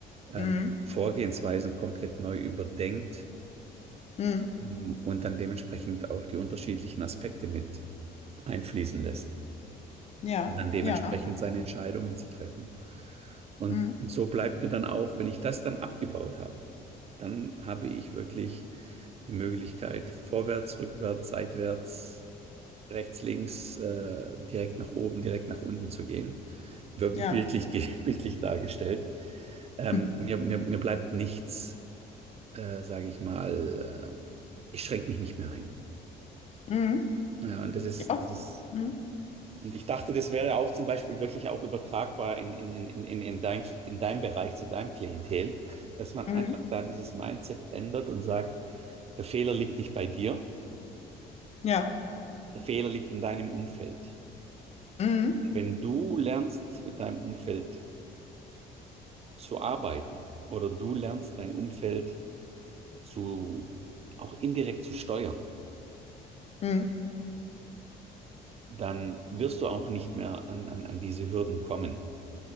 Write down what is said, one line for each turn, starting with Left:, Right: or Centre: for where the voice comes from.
Right: ähm,
Left: Mhm.
Right: Vorgehensweisen komplett neu überdenkt
Left: Mhm.
Right: ähm, und dann dementsprechend auch die unterschiedlichen Aspekte mit einfließen lässt
Left: Ja.
Right: und dann dementsprechend
Left: Ja.
Right: seine Entscheidungen zu treffen. Und,
Left: Mhm.
Right: so bleibt mir dann auch, wenn ich das dann abgebaut habe, dann habe ich wirklich die Möglichkeit, vorwärts, rückwärts, seitwärts, rechts, links, äh, direkt nach oben, direkt nach unten zu gehen. Bildlich,
Left: Ja.
Right: <laughs> bildlich dargestellt. Ähm,
Left: <laughs>
Right: mir, mir, mir bleibt nichts, äh, sage ich mal, äh, ich schränke mich nicht mehr ein.
Left: Mhm.
Right: Ja, und das ist,
Left: Ja.
Right: das ist
Left: Mhm.
Right: Und ich dachte, das wäre auch zum Beispiel wirklich auch übertragbar in, in, in, in, in, dein, in deinem Bereich, zu deinem Klientel, dass man
Left: Mhm.
Right: einfach da dieses Mindset ändert und sagt, der Fehler liegt nicht bei dir,
Left: Ja.
Right: der Fehler liegt in deinem Umfeld.
Left: Mhm.
Right: Wenn du lernst, mit deinem Umfeld zu arbeiten oder du lernst, dein Umfeld zu, auch indirekt zu steuern,
Left: Mhm.
Right: dann wirst du auch nicht mehr an, an, an diese Hürden kommen.